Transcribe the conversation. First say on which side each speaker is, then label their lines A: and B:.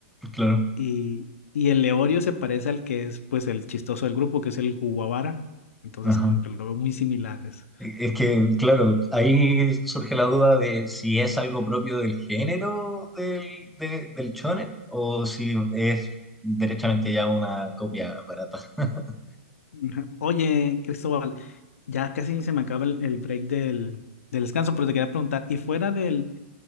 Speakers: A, in the centre; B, on the left.
A: claro.
B: y, y el Leorio se parece al que es pues el chistoso del grupo, que es el Guavara. Entonces
A: Ajá.
B: como que lo veo muy similares.
A: Es que, claro, ahí surge la duda de si es algo propio del género del, de- del shonen o si es derechamente ya una copia barata. <laughs>
B: Ujú. Oye, Cristóbal, ya casi se me acaba el, el break del, del descanso, pero te quería preguntar, ¿y fuera del,